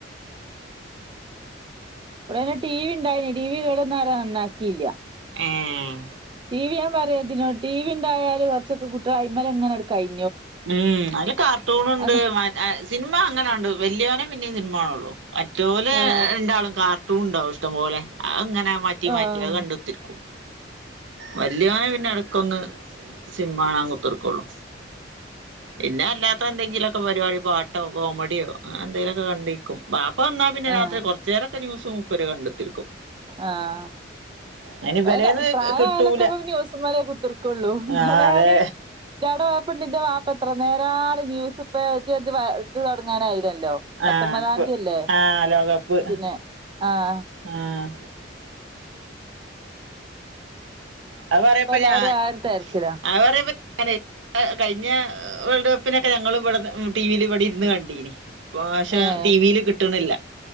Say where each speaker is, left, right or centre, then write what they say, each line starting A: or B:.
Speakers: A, on the right (about 25°); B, on the right (about 75°).
A: ഇവിടെന്നെ ടി വി ഉണ്ടായിനി, ടി വി കേട്ന്നാരെ നന്നാക്കിയില്ല.
B: ഏഹ്
A: ടി വി ഞാൻ പറയും അയിറ്റങ്ങളോട് ടി വി ഇണ്ടായാല് കൊറച്ചൊക്കെ കുട്ടികൾ അയ്മലങ്ങനട് കയി
B: മ് അതില് കാർട്ടൂൺ ഉണ്ട്,
A: അത്
B: മ അ സിനിമ അങ്ങനാണ്ട് വലിയോനേ പിന്നേം സിനിമ കാണുള്ളൂ. മറ്റോല്
A: ആഹ്
B: രണ്ടാളും കാർട്ടൂൺ ഉണ്ടാവും ഇഷ്ടം പോലെ, അതങ്ങനെ ന മാറ്റി
A: ആഹ്
B: മാറ്റി അത് കണ്ട് കുത്തിരിക്കും. വല്യോൻ പിന്നെ ഇടക്കൊന്ന് സിനിമ കാണാൻ കുത്തിര്ക്കുള്ളു. പിന്നെ അല്ലാത്ത എന്തെങ്കിലൊക്കെ പരിപാടി പാട്ടോ കോമഡിയോ അങ്ങനെ എന്തെലൊക്കെ കണ്ടിരിക്കും, വാപ് പ്പ വന്ന പിന്നെ
A: ആഹ്
B: രാത്രി കൊറച്ചെരൊക്കെ ന്യൂസ് മൂപ്പര് കണ്ട് കുത്തിരി
A: ആഹ്
B: അയിന് ഇബലേന്ന്
A: അതിന് പ്രായായാലൊക്കെപ്പം
B: കിട്ടൂല
A: ന്യൂസ്‌മലെ കുത്തിര്ക്കുള്ളൂ ഇന്നലെ
B: ആഹ് അതെ
A: ഞാന് ന്റാടെ പോയപ്പോണ്ട് ന്റെ വാപ്പ എത്ര നേരാണ് ന്യൂസ് ഇപ്പെ <unintelligible> പ്പങ്ങാനയിനല്ലോ പത്തൊമ്പതാം
B: ആഹ്
A: തീയ്യല്ലേ
B: ആഹ് ലോകകപ്പ്
A: പിന്നെ ആഹ്
B: ആഹ് അത് പറയാപ്പം
A: ഇപ്പ എല്ലാരും
B: ഞാൻ
A: ആ ഒരു തിരക്കിലാ
B: അവപറയാപ്പം <unintelligible> കഴിഞ്ഞ വേൾഡ് കപ്പിനൊക്കെ ഞങ്ങളും ഇവടന്ന് മ് ടി വിയിൽ ഇവിടെ ഇരുന്ന് കണ്ടീനി. ഇപ്രാവശ്യം
A: ഏഹ്
B: ടി വി യില് കിട്ടണില്ല.